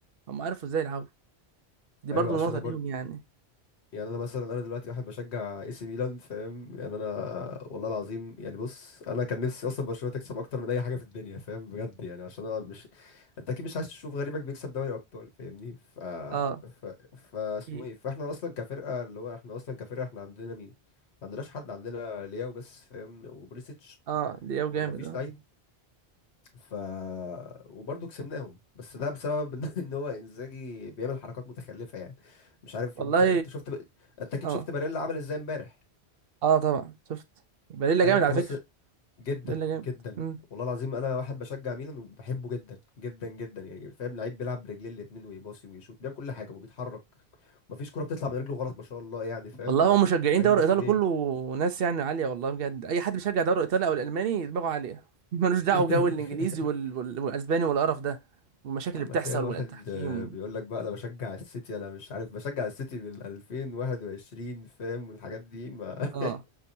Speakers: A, on the right; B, on the left.
A: هم عرفوا ازاي يلعبوا دي برضو
B: ايوه عشان
A: نقطه
B: انا برضه
A: ليهم يعني
B: يعني انا مثلا انا دلوقتي واحد بشجع اي سي ميلان فاهم يعني انا والله العظيم يعني بص انا كان نفسي اصلا برشلونه تكسب اكتر من اي حاجه في الدنيا فاهم بجد يعني عشان انا مش انت اكيد مش عايز تشوف غريمك بيكسب دوري ابطال فاهمني ف
A: اه
B: ف فا اسمه
A: اكيد
B: ايه فاحنا اصلا كفرقه اللي هو احنا اصلا كفرقه احنا عندنا مين ما عندناش حد عندنا لياو بس فاهم وبوليسيتش
A: اه دي او
B: ما
A: جامد
B: ما فيش
A: اه
B: لعيب ف وبرضه كسبناهم بس ده بسبب <laughs> ان إن هو انزاجي بيعمل حركات متخلفه يعني مش عارف
A: والله
B: يوم بتا... انت شفت ب... انت اكيد
A: اه
B: شفت باريلا عمل ازاي امبارح
A: اه طبعا شفت بليلة
B: هل
A: جامد
B: انت
A: على
B: بس
A: فكره
B: جدا
A: ده اللي جامد
B: جدا
A: مم.
B: والله العظيم انا واحد بشجع ميلان وبحبه جدا جدا جدا يعني فاهم لعيب بيلعب برجليه الاتنين ويباصي ويشوط بيعمل كل حاجه وبيتحرك مفيش كرة بتطلع من رجله غلط ما شاء الله يعني فاهم
A: والله
B: يعني
A: هو مشجعين
B: لعيب
A: دوري
B: مش
A: ايطالي
B: طبيعي
A: كله ناس يعني عاليه والله بجد اي حد بيشجع دوري ايطالي او الالماني دماغه عاليه <laughs> ملوش دعوه
B: <laughs>
A: بجو الانجليزي وال... وال... والاسباني والقرف ده والمشاكل اللي
B: يا عم
A: بتحصل
B: هتلاقي واحد
A: والتحكيم
B: آه، بيقول لك بقى انا بشجع السيتي انا مش عارف بشجع السيتي من 2021 فاهم والحاجات دي ما <laughs>
A: اه